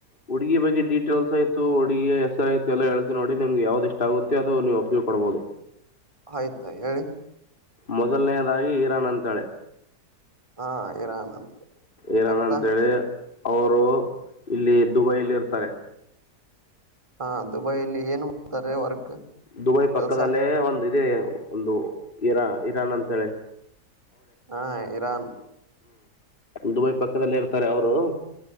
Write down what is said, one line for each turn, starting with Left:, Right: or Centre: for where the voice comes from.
Left: ಹುಡ್ಗಿ ಬಗ್ಗೆ ಡೀಟೇಲ್ಸ್ ಆಯ್ತು ಹುಡುಗಿಯ ಹೆಸರ ಆಯ್ತು ಎಲ್ಲ ಹೇಳ್ತಿಿ ನೋಡಿ ನಿಮ್ಗೆ ಯಾವ್ದ್ ಇಷ್ಟ ಆಗುತ್ತೆ ಅದು ನೀವು ಒಪ್ಪಿಗೆ ಕೊಡ್ಬೋದು
Right: ಆಯ್ತು ಹೇಳಿ
Left: ಮೊದಲನೆಯದಾಗಿ ಇರಾನ್ ಅಂತಾಳೆ
Right: ಹಾ ಇರಾನ್ ಅಂತ
Left: ಇರಾನ
Right: ಮತ್ತ
Left: ಅಂತೇಳಿ ಅವರು ಇಲ್ಲಿ ದುಬೈಲ್ಲಿ ಇರ್ತಾರೆ
Right: ಹಾ ದುಬೈಲ್ಲಿ ಏನ್ ಮಾಡ್ತಾರೆ ವರ್ಕ್
Left: ದುಬೈ ಪಕ್ಕದಲ್ಲೇ
Right: ಕೆಲ್ಸ
Left: ಒಂದು ಇದೆ ಒಂದು ಇರಾ ಇರಾನ್ ಅಂತ ಹೇಳಿ
Right: ಹಾ ಇರಾನ್
Left: ದುಬೈ ಪಕ್ಕದಲ್ಲೇ ಇರ್ತಾರೆ ಅವರು